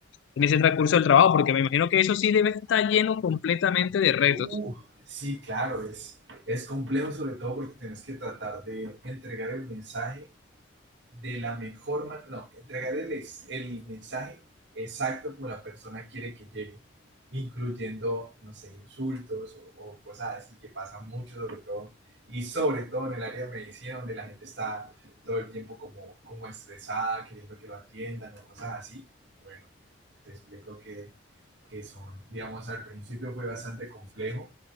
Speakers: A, on the left; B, on the right.
A: en ese transcurso del trabajo? Porque me imagino que eso sí debe estar lleno completamente de retos.
B: Uh, sí, claro, es, es complejo sobre todo porque tienes que tratar de entregar el mensaje de la mejor manera, no, entregar el, el mensaje exacto como la persona quiere que llegue, incluyendo, no sé, insultos o, o cosas así que pasan mucho, sobre todo, y sobre todo en el área de medicina, donde la gente está todo el tiempo como, como estresada, queriendo que lo atiendan o cosas así. Bueno, te explico que, que son, digamos, al principio fue bastante complejo